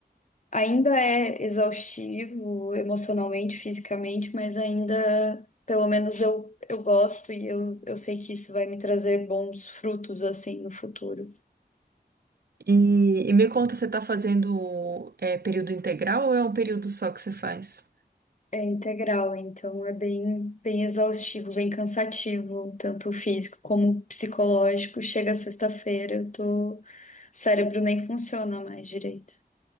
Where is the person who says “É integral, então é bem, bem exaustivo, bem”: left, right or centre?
Left